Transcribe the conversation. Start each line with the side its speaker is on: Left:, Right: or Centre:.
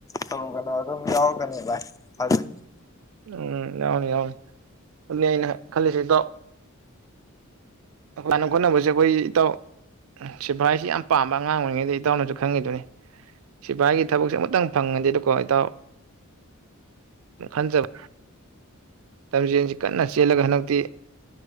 Left: ꯇꯧꯔꯨꯒꯅ ꯑꯗꯨꯝ ꯌꯥꯎꯔꯛꯀꯅꯦ ꯚꯥꯏ ꯐꯖꯩ
Right: ꯎꯝ ꯌꯥꯎꯅꯤ ꯌꯥꯎꯅꯤ ꯑꯗꯨꯅꯤ ꯑꯩꯅ ꯈꯜꯂꯤꯁꯦ ꯏꯇꯣ ꯁꯥꯟꯅ ꯈꯣꯠꯅꯕꯁꯦ ꯑꯩꯈꯣꯏ ꯏꯇꯥꯎ ꯎ ꯁꯤꯐꯚꯥꯏꯁꯤ ꯌꯥꯝ ꯄꯥꯝꯕ ꯑꯉꯥꯡ ꯑꯣꯏꯔꯤꯉꯩꯗꯒꯤ ꯏꯇꯥꯎꯅꯁꯨ ꯈꯪꯈꯤꯗꯨꯅꯤ ꯁꯤꯐꯥꯏꯒꯤ ꯊꯕꯛꯁꯦ ꯑꯃꯇꯪ ꯐꯪꯉꯅꯤ ꯑꯗ ꯀꯣ ꯏꯇꯥꯎ ꯈꯟꯖꯕ ꯂꯝꯖꯦꯟꯁꯤ ꯀꯟꯅ ꯆꯦꯜꯂꯒ ꯍꯟꯗꯛꯇꯤ